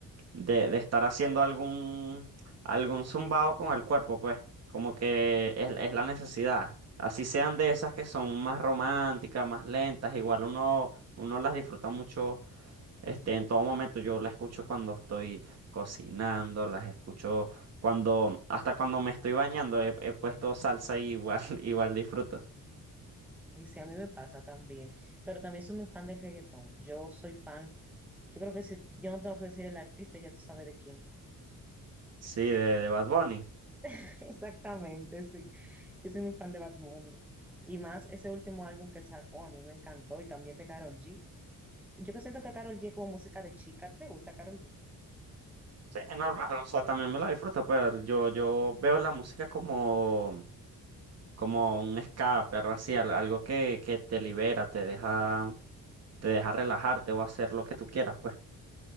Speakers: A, on the right; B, in the centre.
A: de, de estar haciendo algún, algún zumbado con el cuerpo, pues, como que es, es la necesidad. Así sean de esas que son más románticas, más lentas, igual uno, uno las disfruta mucho, este, en todo momento. Yo las escucho cuando estoy cocinando, las escucho cuando, hasta cuando me estoy bañando, he, he puesto salsa y igual, <laughs> igual disfruto.
B: Y sí, a mí me pasa también, pero también soy muy fan del reggaetón. Yo soy fan, yo creo que si yo no tengo que decir el artista, ya tú sabes de quién.
A: Sí, de, de Bad Bunny.
B: <laughs> Exactamente, sí. Yo soy muy fan de Bad Bunny. Y más ese último álbum que él sacó, a mí me encantó, y también de Karol G. Yo que siento que Karol G es como música de chica, ¿a ti te gusta Karol G?
A: Sí, es normal, o sea, también me la disfruto, pero yo, yo veo la música como como un escape, algo así, al- algo que, que te libera, te deja, te deja relajarte o hacer lo que tú quieras, pues.